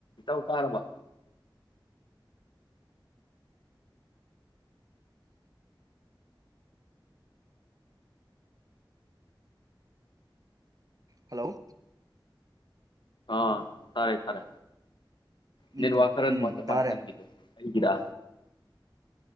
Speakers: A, on the left; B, on the right.
A: ꯇꯧ ꯇꯥꯔꯕ
B: ꯍꯜꯂꯣ
A: ꯑꯥ ꯁꯔꯦ ꯁꯥꯔꯦ
B: ꯎꯝ
A: ꯅꯤꯡꯂ ꯋꯥ ꯀꯔ
B: ꯎꯝ
A: ꯃꯥꯦ
B: ꯇꯥꯔꯦ
A: ꯃꯥ ꯅꯪꯗꯨ ꯍꯒꯔ